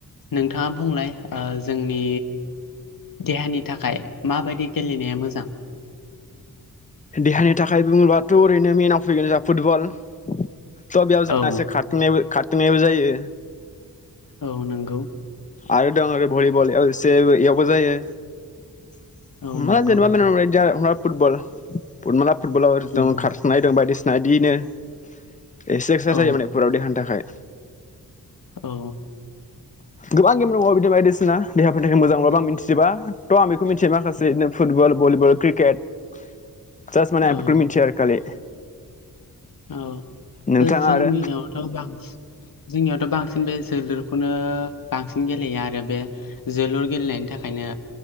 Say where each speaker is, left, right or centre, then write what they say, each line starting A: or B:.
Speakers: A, on the left; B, on the left.
A: नोंथाङा बुंलाय ओ जोंनि देहानि थाखाय माबायदि गेलेनाया मोजा जां?
B: देहानि थाखाय बुङोबाथ' ओरैनो मेनाव फैगोन जोंहा फुटबल स' बेयाव जोंहा
A: औ
B: से खारथिंनायबो खार <unintelligible> जायो।
A: औ नंगौ।
B: आरो दं ओरै भलिबल <unintelligible> इयावबो जायो। <unintelligible>
A: औ
B: ना
A: नंगौ
B: फुटबल फर्मुला फुटबलाव <unintelligible>
A: उम
B: दं बायदिसि <unintelligible> एसे एक्सारसाइस
A: औ
B: जायो माने फुराव देहानि थाखाय।
A: औ
B: गोबां गेम दंबावो बिदि बायदिसिना देहाफोर थाखाय मोजां बाबो आं मिथिजोबा थ' आं बेखौ मिन्थियो माखासे बिदिनो फुटबल, भलिबल, क्रिकेट जास माने
A: औ
B: आं बेखोल' मोनथियो आरो खालि
A: औ
B: नोंथाङा
A: दा जोंनियावथ'
B: आरो
A: बांसिन जोंनियावथ' बांसिन बे जोलुरखौनो बांसिन गेलेया आरो बे जोलुर गेलेनायनि थाखायनो